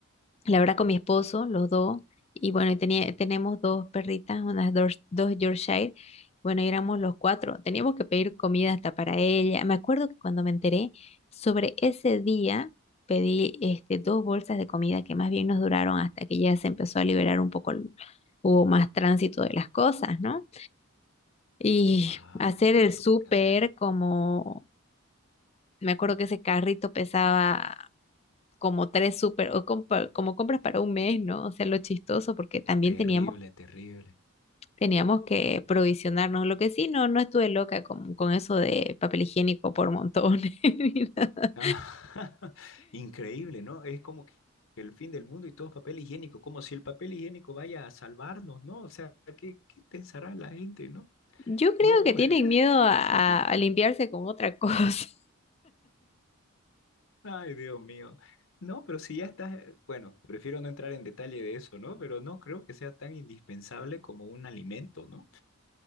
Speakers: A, on the left; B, on the left.
A: la verdad con mi esposo, los dos, y bueno, y tenía, tenemos dos perritas, unas dos, dos Yorkshire, bueno, y éramos los cuatro, teníamos que pedir comida hasta para ella. Me acuerdo que cuando me enteré sobre ese día, pedí este, dos bolsas de comida que más bien nos duraron hasta que ya se empezó a liberar un poco, el- hubo más tránsito de las cosas, ¿no? Y
B: Wow,
A: hacer
B: lo que
A: el
B: uno
A: súper
B: tuvo que hacer.
A: como... Me acuerdo que ese carrito pesaba como tres súper, o compa- como compras para un mes, ¿no? O sea, lo chistoso, porque también
B: Terrible,
A: teníamos,
B: terrible.
A: teníamos que provisionarnos. Lo que sí, no, no estuve loca con, con eso de papel higiénico por montones. <laughs> ni nada.
B: Ah, <laughs> increíble, ¿no? Es como que el fin del mundo y todo es papel higiénico, como si el papel higiénico vaya a salvarnos, ¿no? O sea, ¿qué, qué pensará la gente, no?
A: Yo creo
B: No,
A: que tienen
B: <laughs>
A: miedo a, a-
B: definitivamente.
A: a limpiarse con otra cosa. <laughs>
B: Ay, Dios mío. No, pero si ya estás, eh, bueno, prefiero no entrar en detalle de eso, ¿no? Pero no creo que sea tan indispensable como un alimento, ¿no?